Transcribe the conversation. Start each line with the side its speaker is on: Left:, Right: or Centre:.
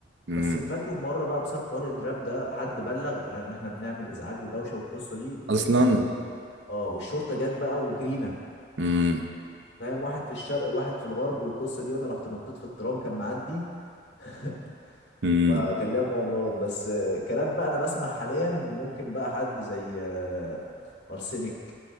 Right: امم
Left: بس اللي فاكره في مره بقى بسبب حوار الراب ده حد بلغ ان احنا بنعمل ازعاج ودوشه والقصه دي و...
Right: اصلا
Left: اه والشرطه جت بقى وجرينا
Right: امم
Left: فاهم واحد في الشرق وواحد في الغرب والقصه دي وانا رحت نطيت في الترام كان معدي <laughs>
Right: امم
Left: فكان ليها مغامرات بس آه، كراب بقى انا بسمع حاليا ممكن بقى حد زي آه، ارسنك